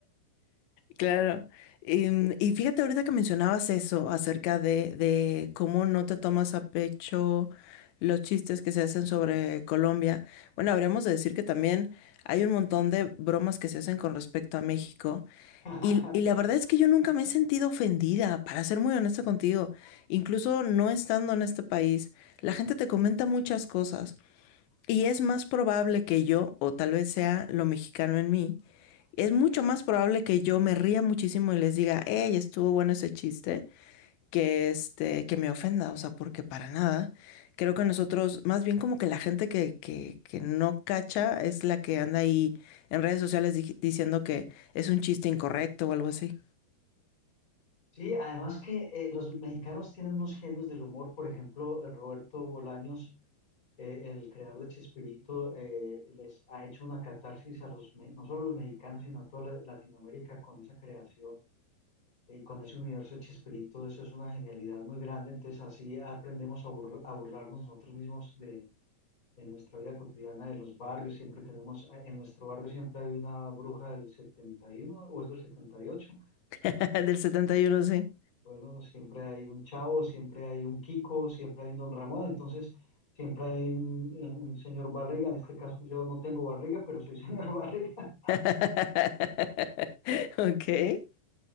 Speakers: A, on the left (about 80°); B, on the left (about 20°).
A: Claro. Em, Y, fíjate ahorita que mencionabas eso acerca de, de cómo no te tomas a pecho los chistes que se hacen sobre Colombia. Bueno, habríamos de decir que también hay un montón de bromas que se hacen con respecto a México.
B: Claro.
A: Y, y la verdad es que yo nunca me he sentido ofendida, para ser muy honesta contigo. Incluso no estando en este país, la gente te comenta muchas cosas. Y es más probable que yo, o tal vez sea lo mexicano en mí, es mucho más probable que yo me ría muchísimo y les diga, hey, estuvo bueno ese chiste, que este, que me ofenda, o sea, porque para nada. Creo que nosotros, más bien como que la gente que, que, que no cacha es la que anda ahí en redes sociales di- diciendo que es un chiste incorrecto o algo así.
B: Sí, además que eh, los mexicanos tienen unos genios del humor, por ejemplo, eh, Roberto Bolaños eh, el creador de Chespirito eh, les ha hecho una catarsis a los, me- no solo a los mexicanos, sino a toda la- Latinoamérica con esa creación eh, y con ese universo de Chespirito. Eso es una genialidad muy grande. Entonces, así aprendemos a, burl- a burlarnos nosotros mismos de, de nuestra vida cotidiana, de los barrios. Siempre tenemos, en nuestro barrio siempre hay una bruja del 71 o es del setenta y ocho
A: <laughs> Del setenta y uno sí.
B: bueno, siempre hay un Chavo, siempre hay un Kiko, siempre hay un Don Ramón, entonces siempre hay un, un señor Barriga. En este caso yo no tengo barriga, pero soy <laughs> señor Barriga.
A: <laughs> Ok.